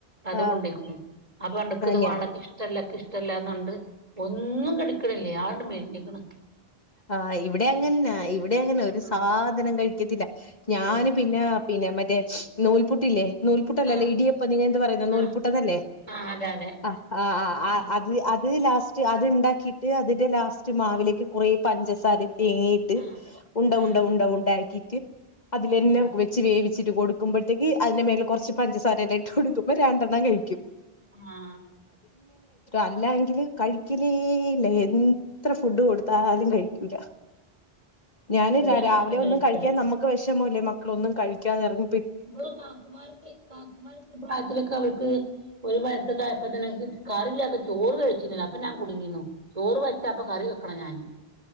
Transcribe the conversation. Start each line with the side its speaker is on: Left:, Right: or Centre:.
Right: അത്
Left: ആഹ്
Right: കൊണ്ടേക്ക്ണു അപ്പൊ പറഞ്ഞു ഇക്ക് ഇത്
Left: ഞാൻ
Right: വാണ്ട ഇക്ക് ഇഷ്ട്ടല്ല ഇക്കിഷ് ഇഷ്ട്ടല്ലാന്നോണ്ട് ഒന്നും കെട്ക്കണില്ല ആകങ്ങണ്ട് മെലിഞ്ഞക്കണ്
Left: ആ ഇവിടെ അങ്ങൻന്നാ ഇവിടെ അങ്ങനെ ഒരു
Right: ആഹ്
Left: സാധനം കഴിക്കത്തില്ല ഞാന്
Right: കഴിക്കലാണ്
Left: പിന്നെ പിന്നെ മറ്റെ നൂൽപുട്ടില്ലേ നൂൽപുട്ടല്ലല്ലോ
Right: ആഹ്
Left: ഇടിയപ്പ നിങ്ങ എന്ത് പറയുന്ന നൂൽപുട്ടന്നല്ലേ
Right: ആഹ് ആഹ് അതെ അതെ
Left: അ ആ ആ
Right: ഉം
Left: അ അത് അത് അത് ലാസ്റ്റ് അത്ണ്ടാക്കീട്ട് അതിന്റെ ലാസ്റ്റ് മാവിലേക്ക് കുറേ പഞ്ചസാരയും തേങ്ങിട്ട്
Right: ആഹ്
Left: ഉണ്ട ഉണ്ട
Right: ആഹ്
Left: ഉണ്ട ആക്കീട്ട് അതില് എല്ലാം
Right: ആഹ്
Left: വെച്ച് വേവി വച്ചിട്ട് കൊടുക്കുമ്പോത്തേക്ക് അതിന്റെ മേലില് കൊർച്ച് പഞ്ചസാരയല്ലാംട്ട് കൊടുക്കുമ്പോ രണ്ടെണ്ണം കഴിക്കും
Right: ആ
Left: അല്ല എങ്കില് കഴിക്കലേ ഇല്ല എത്ര ഫുഡ് കൊടുത്താലും കഴിക്കൂല ഞാനില്ല
Right: ഇവിടെ അങ്ങൻതന്നെ
Left: രാവിലെ
Right: കഴിക്കൂല
Left: ഒന്നും കഴിക്കാൻ നമ്മുക്ക് വിഷമല്ലേ ഒന്നും കഴിക്കാതെറങ്ങ
Right: ഇമ്മള് കാക്കുമാർക്ക് കാക്കുമാർ പ്രായത്തിലൊക്കെ അവൾക്ക് ഒരു വയസൊക്കെ ആയപ്പതന്നെ കറില്ലാതെ ചോറ് കഴിച്ചീന്നില്ല അപ്പ ഞാൻ കുടുങ്ങീന്നു ചോറ് വച്ചാപ്പ കറി വെക്കണം ഞാന്